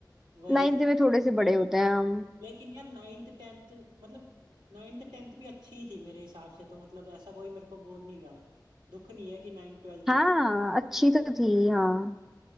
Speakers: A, on the right; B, in the centre.
A: वही
B: नाइन्थ में थोड़े से बड़े होते हैं हम
A: लेकिन यार नाइन्थ टेंथ मतलब नाइन्थ टेंथ भी अच्छी ही थी मेरे हिसाब से तो मतलब ऐसा कोई मेरे को वो नहीं रहा दुख नहीं है कि नाइन्थ ट्वेल्थ
B: हाँ
A: में
B: अच्छी तो थी हाँ